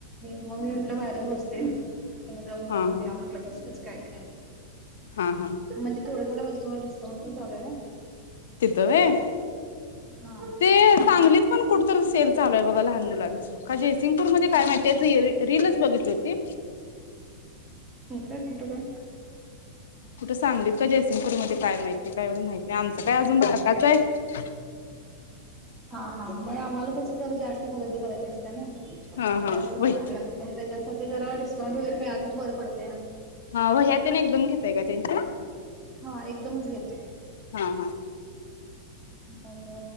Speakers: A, in the centre; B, on the left.
A: मग मी म्हंटलं बाहेरच बस ते तुम्ही जाऊन बघून
B: हा हा
A: या म्हटलं कसं कसं काय काय.
B: हा हा
A: म्हणजे थोड्या थोड्या वस्तूवर डिस्काउंट पण चालू आहे ना.
B: तिथं होय.
A: हा
B: ते सांगलीत पण कुठतं सेल चालूय बघा लहान मुलांचं काय जयसिंगपूरमध्ये काय माहिती. त्याची रीलच बघितली होती.
A: हो काय कुठं ओ?
B: कुठं सांगलीत काय जयसिंगपूर मध्ये काय माहितीय काय एवढं माहिती नाही आमचं काय अजून बारकाच आहे.
A: हा हा मग आम्हाला पैसे जरा जास्त खरेदी करायची असते ना
B: हा हा
A: जास्त
B: वही
A: सामान लागतं. त्याच्यासाठी जरा डिस्काउट वगैर मिळाल तर बरं पडत.
B: हा वह्या तेन एकदम घेताय का त्यांच्या.
A: हा एकदमच घेते.
B: हा हा
A: मग